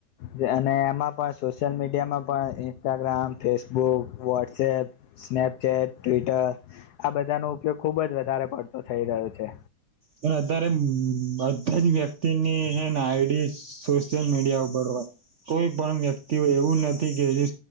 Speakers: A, on the left; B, on the right.
A: જ અને એમાં પણ સોશિયલ મીડિયામાં પણ Instagram Facebook WhatsApp Snapchat Twitter આ બધાનો ઉપયોગ ખુબ જ વધારે પડતો થઈ રહ્યો છે.
B: પણ અત્યારે બધા જ વ્યક્તિની એ આઈડી સોશિયલ મીડિયા ઉપર હોય કોઈ પણ વ્યક્તિ એવું નથી કે જે